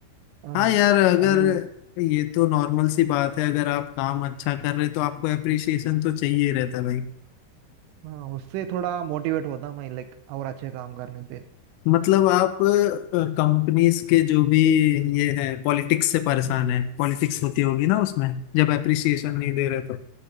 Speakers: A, on the right; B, on the left.
A: हाँ
B: हाँ यार अगर
A: अभी वो
B: ये तो नॉर्मल सी बात है अगर आप काम अच्छा कर रहे तो आपको अप्रिशिएशन तो चाहिए ही रहता है भाई
A: हाँ उससे थोड़ा मोटिवेट होता मैं लाइक और अच्छे काम करने पे
B: मतलब आप कंपनीज के जो भी ये है पॉलिटिक्स से परेशान है पॉलिटिक्स होती होगी ना उसमें जब अप्रिशिएशन नहीं दे रहे तो